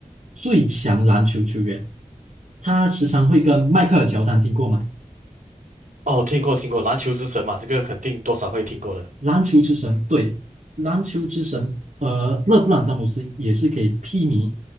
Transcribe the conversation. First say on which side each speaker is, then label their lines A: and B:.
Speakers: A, on the right; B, on the right.
A: 最强篮球球员。他时常会跟迈克尔乔丹听过吗？
B: 哦，听过听过，篮球之神嘛，这个肯定多少会听过的。
A: 篮球之神，对，篮球之神。呃，勒布朗詹姆斯也是可以媲美